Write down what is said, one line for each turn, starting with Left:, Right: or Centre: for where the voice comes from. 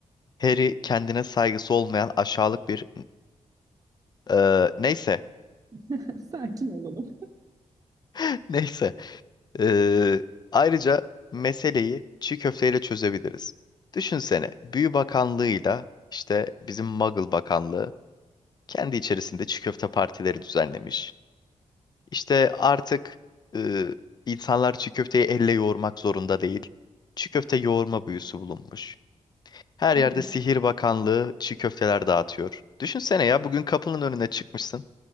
Left: Harry kendine saygısı olmayan aşağılık bir e, neyse,
Right: <laughs> Sakin olalım.
Left: <laughs> neyse. Ee, ayrıca meseleyi çiğ köfteyle çözebiliriz. Düşünsene, Büyü Bakanlığı'yla işte bizim Muggle Bakanlığı kendi içerisinde çiğ köfte partileri düzenlemiş. İşte artık e, insanlar çiğ köfteyi elle yoğurmak zorunda değil. Çiğ köfte yoğurma büyüsü bulunmuş. Her
Right: Evet.
Left: yerde Sihir Bakanlığı çiğ köfteler dağıtıyor. Düşünsene ya bugün kapının önüne çıkmışsın.